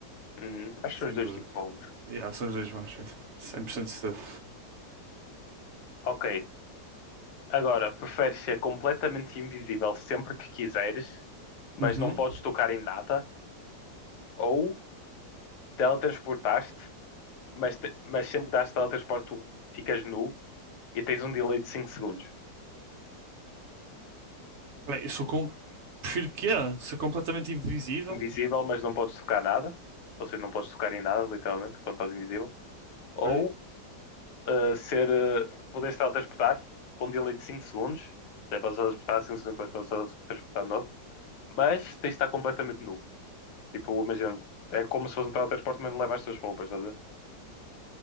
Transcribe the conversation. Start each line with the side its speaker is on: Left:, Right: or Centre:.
Left: Hum, acho
Right: sem
Left: que são os dois
Right: dúvida.
Left: tipo bons.
Right: Yeah, são os dois maus, sim, sim. 100% certeza.
Left: Ok. Agora, preferes ser completamente invisível sempre que quiseres, mas
Right: Uhum.
Left: não podes tocar em nada? Ou teletransportaste, mas, te- mas sempre que dás teletransporte tu ficas nu e tens um delay de 5 segundos?
Right: Peraí, eu sou com... Prefiro que é? Ser completamente invisível,
Left: invisível, mas não podes tocar nada. Ou seja, não podes tocar em nada, literalmente, quando estás invisível.
Right: ok?
Left: Ou uh, ser, uh, poderes teletransportar com um delay de 5 segundos. Já podes teletransportar 5 segundos, depois podes teletransportar de novo. Mas tens de estar completamente nu. Tipo, imagina, é como se fosse um teletransporte, mas não leva as tuas roupas, estás a ver?